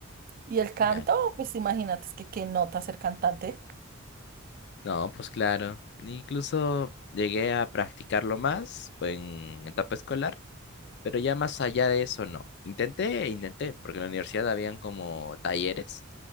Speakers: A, on the right; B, on the left.
A: Y el canto,
B: Claro.
A: pues imagínate, es que qué nota ser cantante.
B: No, pues claro. Incluso llegué a practicarlo más en etapa escolar. Pero ya más allá de eso, no. Intenté, intenté, porque en la universidad habían como talleres